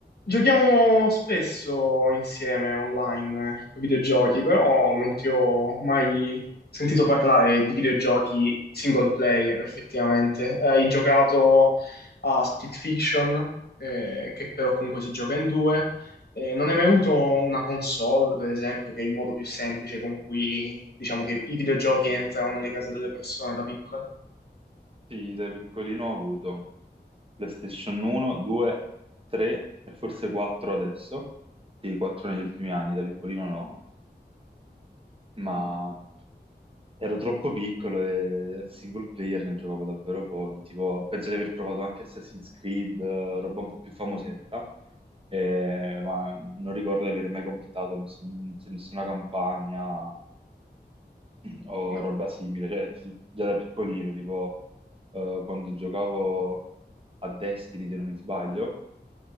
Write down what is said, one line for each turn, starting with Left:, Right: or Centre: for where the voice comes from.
Left: Giochiamo spesso insieme online con i videogiochi, però non ti ho mai sentito parlare di videogiochi single player effettivamente. Hai giocato a Split Fiction, eh, che però comunque si gioca in due. Eh, non hai mai avuto una console, per esempio, che è il modo più semplice con cui diciamo che i videogiochi entrano nelle case delle persone da piccole?
Right: Sì, da piccolino ho avuto PlayStation 1, 2, 3 e forse 4 adesso. Sì, 4 negli ultimi anni, da piccolino no, ma ero troppo piccolo e single player ne giocavo davvero pochi. Tipo, penso di aver provato anche Assassin's Creed, eh, roba un po' più famosetta, eh, ma non ricordo di aver mai completato nessun- nessuna campagna <clears throat> o
Left: No.
Right: roba simile. Cioè, fi- già da piccolino, tipo, eh, quando giocavo a Destiny, se non mi sbaglio